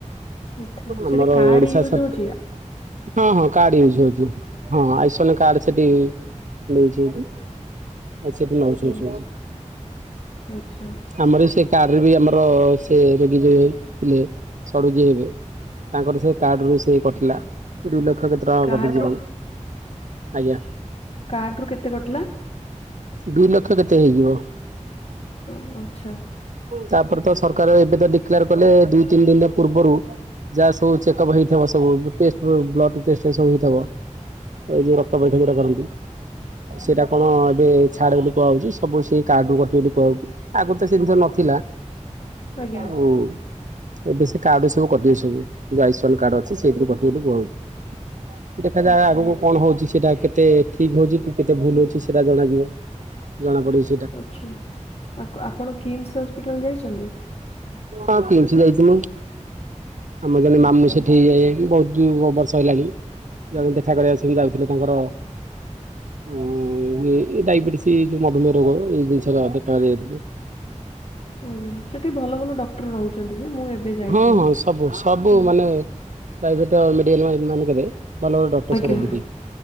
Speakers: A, on the left; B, on the right.
A: ଆଚ୍ଛା ସେଠି
B: ଆମର
A: କାର୍ଡ
B: ଓଡିଶା
A: ୟୁଜ
B: ସର
A: ହଉଛି
B: ହଁ ହଁ କାର୍ଡ ୟୁଜ ହଉଚି ହଁ ଆୟୁଷ୍ମାନ କାର୍ଡ ସେଟି। ମାନେ ୟୁଜ୍ ହଉଚି ଆଉ ସେଠି ନଉଛନ୍ତି
A: ଆଚ୍ଛା
B: ସବୁ।
A: ଆଚ୍ଛା।
B: ଆମର ବି ସେଇ କାର୍ଡ ରେ ବି ଆମର ସେ ରୋଗୀ ଯିଏ ଥିଲେ ସଢୁ ଯିଏ ହେବେ। ତାଙ୍କର ସେ କାର୍ଡ ରୁ ସେଇ କଟିଲା ଦୁଇ ଲକ୍ଷ କେତେ ଟଙ୍କା
A: କାର୍ଡ
B: କଟିଯିବନି
A: ରୁ
B: ଆଜ୍ଞା।
A: କାର୍ଡ ରୁ କେତେ କଟିଲା।
B: ଦୁଇ ଲକ୍ଷ କେତେ ହେଇଯିବ।
A: ଆ- ଆଚ୍ଛା
B: ତାପରେ ତ ସରକାର ଏବେ ତ ଡିକ୍ଲାର୍ କଲେ ଦୁଇ ତିନି ଦିନି ର ପୂର୍ବରୁ। ଯା ସବୁ ଚେକ୍ଅପ୍ ହେଇଥିବ ସବୁ ଟେଷ୍ଟ ବ୍ଲ ବ୍ଲଡ଼୍ ଟେଷ୍ଟ ପେଷ୍ଟ ସବୁ ହେଇଥିବ ଏ ଯୋଉ ର କ୍ତ ପରୀକ୍ଷା ଯୋଉଟା କରନ୍ତି ସେଇଟା କଣ ଏବେ। ଛାଡ୍ ବୋଲି କୁହାଯାଉଛି ସବୁ ସେଇ କାର୍ଡ ରୁ କଟିବ ବୋଲି କୁହାଯାଉଛି ଆଗରୁ ତ ସେ ଜିନିଷ ନଥିଲା।
A: ଆଜ୍ଞା
B: ଆଉ ଏବେ ସେ। କାର୍ଡରୁ ସବୁ କଟିବ ସବୁ ଏ ଯୋଉ ଆୟୁଷ୍ମାନ କାର୍ଡ ଅଛି ସେଇଥିରୁ କଟିବ ବୋଲି କୁହାଯାଉଛି। ଦେଖାଯାଉ
A: ଆଚ୍ଛା
B: ଆଗକୁ କଣ ହଉଛି ସେଟା କେତେ ଠିକ୍ ହଉଛି କି କେତେ ଭୁଲ୍ ହଉଛି ସେଟା ଜଣାଯିବ। ଜଣା ପଡିବ ସେ
A: ଆଚ୍ଛା, ଆକୁ ଆପଣ କିମ୍ସ୍ ହସ୍ପିଟାଲ ଯାଇଛନ୍ତି।
B: ହଁ କିମ୍ସ୍ ଯାଇଛି ମୁଁ। ଆମର ଜଣେ
A: ଆଚ୍ଛା
B: ମାମୁଁ ସେଠି ଇଏ ବହୁତ ବର୍ଷ ହେଲାଣି। ଜଣେ ଦେଖା କରିବାକୁ ସେ ଯାଉଥିଲେ ତାଙ୍କର ଉଁ ଏ ଇଏ ଡାଇବେଟିସ୍। ଏଇ ଯୋଉ ମଧୁମେୟ ରୋଗ ଏଇ ଜିନିଷ ର ଦେଖା କରିବାକୁ ଯାଇଥିଲେ।
A: ଆଜ୍ଞା ସେଠି ଭଲ ଭଲ ଡକ୍ଟର ରହୁଛନ୍ତି ଯେ ମୁଁ ଏବେ ଯାଇଥିଲି,
B: ହଁ ହଁ ସବୁ ସବୁ
A: ହୁଁ।
B: ମାନେ ପ୍ରାଇଭେଟ ମେଡିିକାଲ ମା ମାନଙ୍କରେ ଭଲ ଭଲ ଡାକ୍ଟର
A: ଆଜ୍ଞା
B: ସବୁ ରହନ୍ତି।